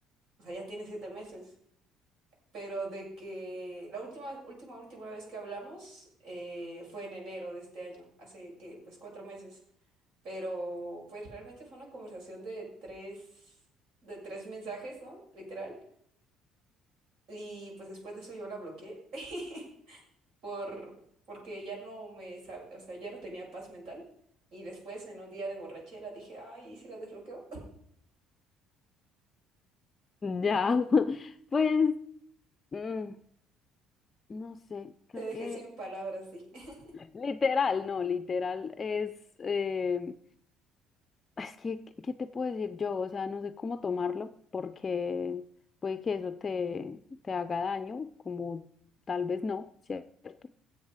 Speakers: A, on the right (about 65°); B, on the left (about 30°).
A: O sea, ya tiene siete meses. pero de que la última, última, última vez que hablamos eh, fue en enero de este año, hace que, pues cuatro meses, pero pues realmente fue una conversación de tres, de tres mensajes, ¿no? Literal. Y pues después de eso yo la bloqueé <laughs> por, porque ya no me, sab- o sea, ya no tenía paz mental. Y después en un día de borrachera dije, ay, ¿y si la desbloqueo?
B: Ya, <laughs> pues mm, no sé,
A: <laughs>
B: creo
A: Te dejé
B: que
A: sin palabras, sí. <laughs>
B: Literal, no, literal es, eh, es que, ¿qué qué te puedo decir yo? O sea, no sé cómo tomarlo porque puede que eso te, te haga daño, como tal vez no, ¿cierto?